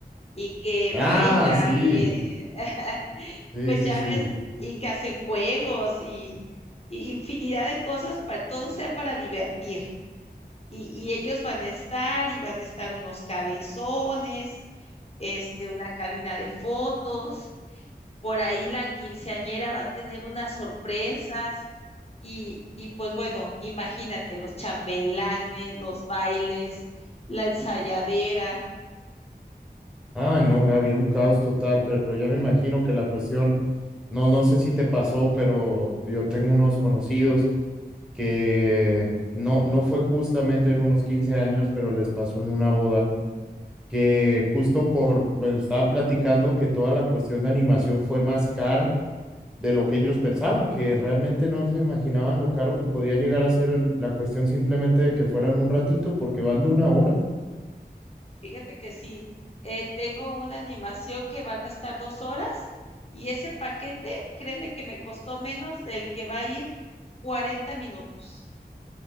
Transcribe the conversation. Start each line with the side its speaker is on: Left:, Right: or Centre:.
Left: y que
Centre: Ah,
Left: bailan
Centre: sí,
Left: y <laughs>
Centre: sí,
Left: pues
Centre: sí,
Left: ya
Centre: sí.
Left: ves, y que hacen juegos y, y infinidad de cosas, para, todo sea para divertir. Y, y ellos van a estar y van a estar unos cabezones, este, una cabina de fotos por ahí la quinceañera va a tener unas sorpresas y, y pues bueno, imagínate los chambelanes, los bailes, la ensayadera.
Centre: Ah, no, Gaby, un caos total, pero ya me imagino que la cuestión, no, no sé si te pasó, pero yo tengo unos conocidos que no, no fue justamente en unos 15 años, pero les pasó en una boda, que justo por, me estaban platicando que toda la cuestión de animación fue más cara de lo que ellos pensaban, que realmente no se imaginaban lo caro que podía llegar a ser el- la cuestión simplemente de que fueran un ratito, porque van de una hora.
Left: Fíjate que sí, eh, tengo una animación que van a estar dos horas y ese paquete, créeme que me costó menos del que va a ir 40 minutos,